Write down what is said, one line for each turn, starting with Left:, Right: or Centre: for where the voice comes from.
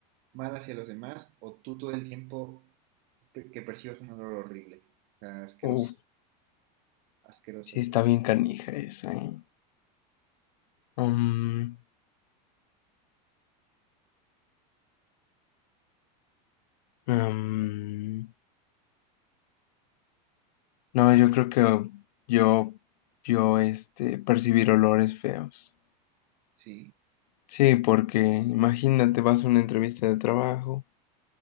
Right: mal hacia los demás o tú todo el tiempo pe- que percibas un olor horrible? O sea, asqueroso.
Left: Uf,
Right: Asqueroso,
Left: sí
Right: asqueroso.
Left: está bien canija esa, ¿eh? Um, um, no, yo creo que yo, yo, este, percibir olores feos.
Right: Sí.
Left: Sí, porque imagínate, vas a una entrevista de trabajo,